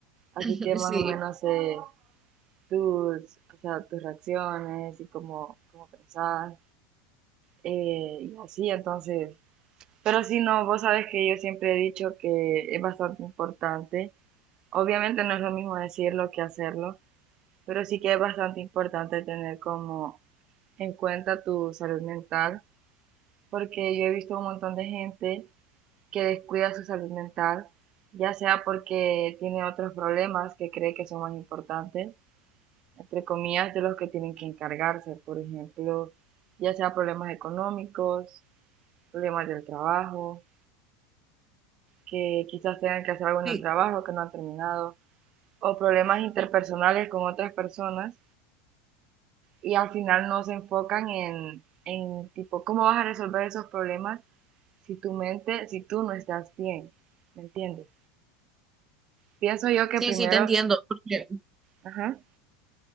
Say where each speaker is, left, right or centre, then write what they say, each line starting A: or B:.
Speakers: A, on the right; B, on the right.
A: así
B: <laughs>
A: que más
B: Sí,
A: o menos sé tus, o sea, tus reacciones y cómo, cómo pensás eh, y así, entonces, pero si no, vos sabes que yo siempre he dicho que es bastante importante. Obviamente no es lo mismo decirlo que hacerlo, pero sí que es bastante importante tener como en cuenta tu salud mental, porque yo he visto un montón de gente que descuida su salud mental, ya sea porque tiene otros problemas que cree que son más importantes, entre comillas, de los que tienen que encargarse, por ejemplo, ya sea problemas económicos, problemas del trabajo que quizás tengan que hacer algún
B: sí,
A: trabajo que no han terminado, o problemas interpersonales con otras personas, y al final no se enfocan en, en tipo, ¿cómo vas a resolver esos problemas si tu mente, si tú no estás bien? ¿Me entiendes? Pienso yo que
B: sí,
A: primero,
B: sí, te entiendo. Porque
A: ajá,